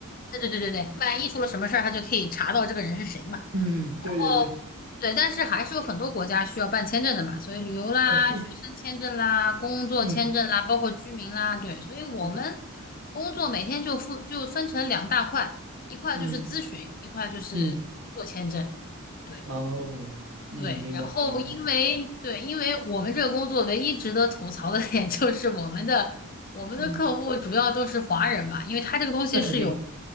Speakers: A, on the left; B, on the right.
A: 对对对对对，万一出了什么事儿，他就可以查到这个人是谁嘛。
B: 嗯，对对对，
A: 哦，对，但是还是有很多国家需要办签证的嘛，所以旅游啦、
B: 嗯对
A: 学生签证啦、工作签证啦，
B: 对，
A: 包括居民啦，对，所以我们
B: 嗯
A: 工作每天就分就分成两大块，一块就是咨询，
B: 嗯
A: 一块就是做签证，
B: 嗯，
A: 对
B: 哦，嗯，
A: 对。
B: 明白明白，
A: 然后因为对，因为我们这个工作唯一值得吐槽的点 <laughs> 就是我们的我们的客户主要都是华人嘛，
B: 嗯，
A: 因为他这个东西是有
B: 那肯定，